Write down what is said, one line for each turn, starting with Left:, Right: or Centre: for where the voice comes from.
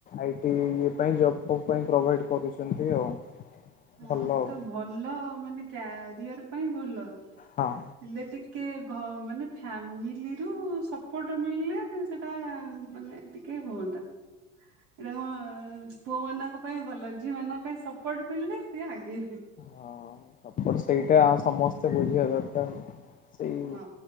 Left: ଆଇଟି ଇ ପାଇଁ ଜବ ପାଇଁ ପ୍ରୋଭାଇଡ କରୁଛନ୍ତି ଆଉ।
Right: ହଁ
Left: ଭଲ
Right: ସେଟା
Left: ଆଉ
Right: ଭଲ ମାନେ କ୍ୟାରିଅର ପାଇଁ ଭଲ
Left: ହଁ।
Right: ହେଲେ ଟିକେ ଟିକେ ମାନେ ଫ୍ୟାମିଲିରୁ ସପୋର୍ଟ ମିଳିଲେ ସେଟା ମାନେ ଟିକେ ହୁତା ଏଇଟା ମ ପୁଅ ମାନଙ୍କ ପାଇଁ ଭଲ ଝିଅ ମାନଙ୍କ ପାଇଁ ସପୋର୍ଟ ପ ସିଏ ଆଗେଇବେ।
Left: ହଁ ସପୋର୍ଟ ସେଇଟା ଆଉ ସମସ୍ତେ ବୁଝିବା ଦରକାର। ସେଇ
Right: ହଁ